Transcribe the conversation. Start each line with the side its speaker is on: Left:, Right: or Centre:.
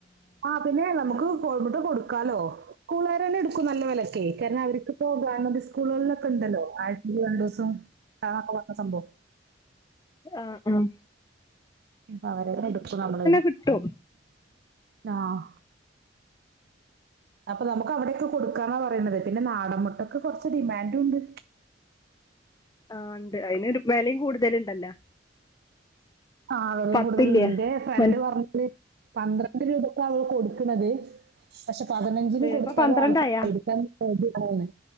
Right: ആഹ് പിന്നെ നമുക്ക് കോഴി മുട്ട കൊടുക്കാലോ. സ്കൂളുകാര് തന്നെ എടുക്കും നല്ലപോലെ ഒക്കെയേ കാരണം അവർക്ക് പോകാനും സ്കൂളുകളിൽ ഒക്കെ ഉണ്ടല്ലോ ആദ്യത്തെ രണ്ടുദിവസം. ആഹ് അപ്പൊ പറഞ്ഞു സംഭവം.
Left: ആഹ് ആഹ്.
Right: ഇപ്പൊ അവരെ തന്നെ എടുക്കും നമ്മളന്ന്
Left: കിട്ടും
Right: ആഹ്. അപ്പൊ നമുക്ക് അവിടെ ഒക്കെ കൊടുക്കാനാ പറയണത്, പിന്നെ നാടൻ മുട്ടക്ക് കുറച്ച് ഡിമാൻഡ് ഉണ്ട്.
Left: ആഹ് ഉണ്ട് അതിന് വിലയും കൂടുതൽ ഉണ്ടല്ലോ.
Right: ആഹ് വിലയും
Left: പത്തില്ലേ
Right: കൂടുതലുണ്ട് എന്റെ ഫ്രണ്ട്
Left: മൻ
Right: പറഞ്ഞിട്ട്. പന്ത്രണ്ട് രൂപക്ക് അവൾ കൊടുക്കണത്, പക്ഷെ പതിനഞ്ചിന്
Left: ഏ
Right: കൊടുത്താലും
Left: ഇപ്പൊ പന്ത്രണ്ടായാ
Right: ആൾക്കാര് മേടിക്കാൻ. റെഡിയാണ്